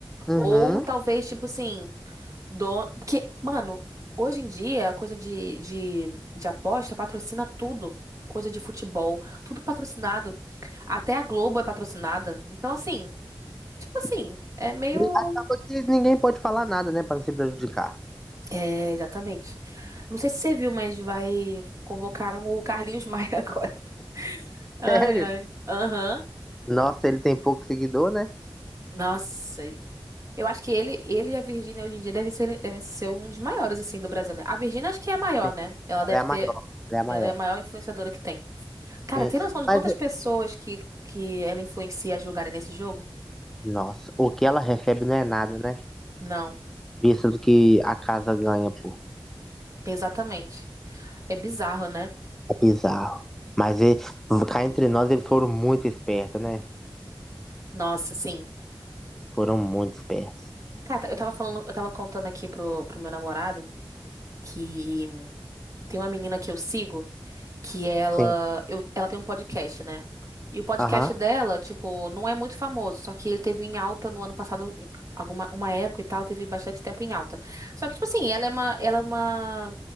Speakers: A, in the centre; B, on the right.
A: Uhum.
B: Ou talvez, tipo assim, dono. Porque, mano, hoje em dia, a coisa de, de, de aposta patrocina tudo. Coisa de futebol, tudo patrocinado. Até a Globo é patrocinada. Então, assim, tipo assim, é meio.
A: E Acaba que ninguém pode falar nada, né? Pra não se prejudicar.
B: É, exatamente. Não sei se você viu, mas vai convocaram o Carlinhos Maia <laughs> agora. Ai,
A: Sério?
B: ai. Aham.
A: Nossa, ele tem pouco seguidor, né?
B: Nossa, ele- eu acho que ele, ele e a Virgínia hoje em dia devem ser, devem ser um dos maiores, assim, do Brasil, né? A Virgínia acho que é a maior,
A: Sim,
B: né? Ela deve
A: Ela é a
B: ter.
A: maior. Ela é a maior.
B: Ela é a maior influenciadora que tem. Cara,
A: Sim.
B: tem noção de quantas
A: Mas,
B: pessoas que, que ela influencia a jogarem nesse jogo?
A: nossa, o que ela recebe não é nada, né?
B: Não,
A: Visto do que a casa ganha, pô.
B: exatamente. É bizarro, né?
A: É bizarro. Mas ele, cá entre nós, eles foram muito espertos, né?
B: Nossa, sim.
A: Foram muito espertos.
B: Cara, eu tava falando, eu tava contando aqui pro, pro meu namorado que tem uma menina que eu sigo. que ela,
A: Sim.
B: eu, ela tem um podcast, né? E o podcast
A: Aham.
B: dela, tipo, não é muito famoso, só que ele teve em alta no ano passado, em alguma uma época e tal, teve bastante tempo em alta. Só que, tipo assim, ela é uma, ela é uma,